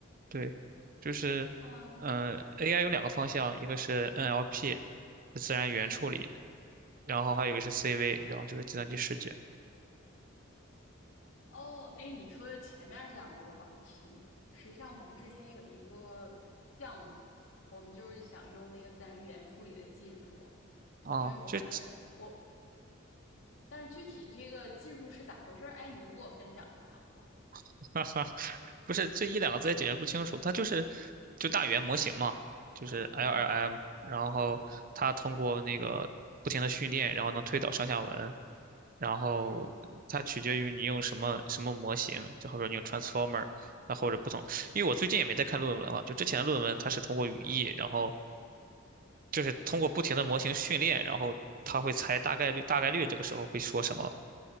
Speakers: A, on the right (about 45°); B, on the left (about 65°).
A: 对，就是，
B: 嗯
A: 嗯，AI 有两个方向，一个是 NLP，自然语言处理，
B: 嗯
A: 然后还有一个是 CV，然后就是计算机视觉。
B: 哦，哎，你说的前面这两个我好像听过。实际上，我们之前有一个项目，我们就是想用那个自然语言处理的技术，
A: 啊，
B: 因为我们我，
A: 就
B: 但是具体这个技术是咋回事儿？哎，你能给我分享一下不？
A: <laughs> 哈哈，不是这一两个字也解释不清楚，它就是就大语言模型嘛，就是 LLM，
B: 嗯
A: 然后它通过那个不停的训练，然后能推导上下文，然后它取决于你用什么什么模型，
B: 嗯，
A: 就好比说你用 Transformer，啊或者不同，因为我最近也没在看论文了，就之前的论文它是通过语义，然后就是通过不停的模型训练，然后他会猜大概率，大概率这个时候会说什么？